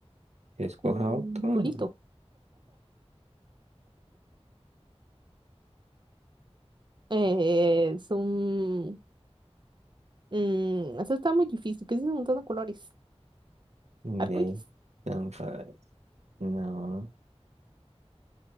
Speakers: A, on the right; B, on the right.
A: que Escoja
B: Cu-
A: otro.
B: Culito. Eh, es un... mm, eso está muy difícil. ¿Qué es un montón de colores? Arcoiris.
A: De ahí. Tan padre No.